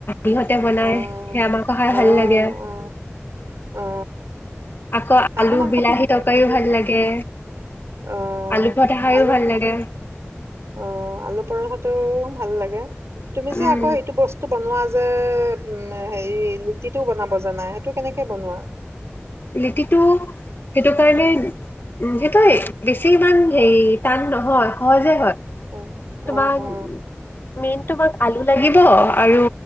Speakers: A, on the left; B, on the right.
A: সিহঁতে বনাই
B: অ
A: সেয়া আমাকহাই
B: অ
A: ভাল লাগে।
B: অ অ
A: আকৌ
B: হাঁহৰ
A: আলু
B: মাংসটো
A: বিলাহী
B: খালে
A: তকাইও
B: ভালে
A: ভাল লাগে,
B: অ
A: আলু ভঠা খাইো
B: আলু
A: ভাল লাগে।
B: অ', আলু পৰঠাটো ভাল লাগে। তুমি যে
A: উম
B: আকৌ সেইটো বস্তু বনোৱা যে উ হেৰি লিটিটো বনাব জানা? সেইটো কেনেকে বনোৱা?
A: লিটি টো সেইটো কাৰণেই উম সেইটো, বেছি ইমান হেৰি, টান নহয় সহজে হয়।
B: অ
A: তোমাক
B: অ
A: <unintelligible>
B: অ
A: তোমাক আলু লাগিব? আৰু